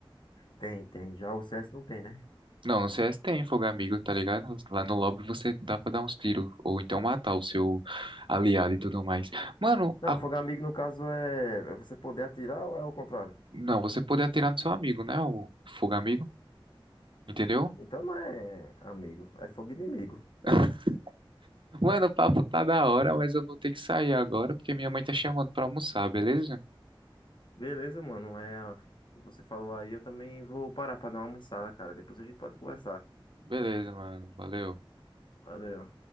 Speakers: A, on the left (about 60°); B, on the right (about 65°).
A: Tem, tem. Já o CS não tem, né?
B: Não, no CS tem fogo amigo, tá ligado? Lá no lobby você dá pra dar uns tiros, ou então matar o seu aliado e tudo mais. Mano,
A: Não,
B: a-
A: fogo amigo no caso é, é você poder atirar ou é o contrário?
B: não, você pode atirar no seu amigo, né? O fogo amigo, entendeu?
A: Então não é amigo, é fogo inimigo.
B: <laughs> Mano, o papo tá da hora, mas eu vou ter que sair agora porque minha mãe tá chamando pra almoçar, beleza?
A: Beleza, mano. É, você falou aí, eu também vou parar pra dar uma almoçada, cara. Depois a gente pode conversar.
B: Beleza, mano, valeu.
A: Valeu.